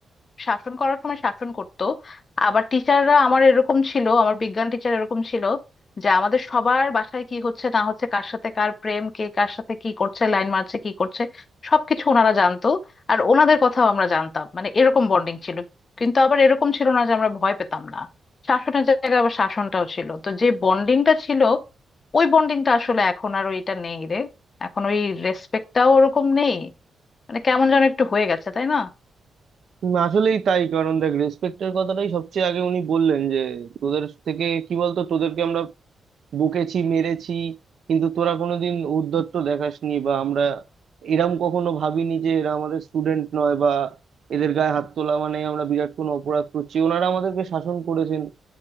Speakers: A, on the left; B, on the right.
A: শাসন করার সময় শাসন করতো আবার টিচাররা আমার এরকম ছিল আমার বিজ্ঞান টিচার এরকম ছিল যে আমাদের সবার বাসায় কি হচ্ছে না হচ্ছে কার সাথে কার প্রেম কে কার সাথে কি করছে লাইন মারছে কি করছে সবকিছু ওনারা জানতো আর ওনাদের কথাও আমরা জানতাম মানে এরকম বন্ডিং ছিল কিন্তু আবার এরকম ছিল না যে আমরা ভয় পেতাম না শাসনের জায়গায় আবার শাসনটাও ছিল তো যে বন্ডিংটা ছিল ওই বন্ডিংটা আসলে এখন আর ওইটা নেই রে এখন ওই রেসপেক্টটাও ওরকম নেই মানে কেমন যেন একটু হয়ে গেছে তাই না
B: উম, আসলেই তাই কারণ দেখ রেসপেক্টের কথাটাই সবচেয়ে আগে উনি বললেন যে তোদের থেকে কি বলতো তোদেরকে আমরা বকেছি মেরেছি কিন্তু তোরা কোনোদিন ঔদ্ধত্য দেখাসনি বা আমরা এরম কখনো ভাবিনি যে এরা আমাদের স্টুডেন্ট নয় বা এদের গায়ে হাত তোলা মানে আমরা বিরাট কোনো অপরাধ করছি ওনারা আমাদেরকে শাসন করেছেন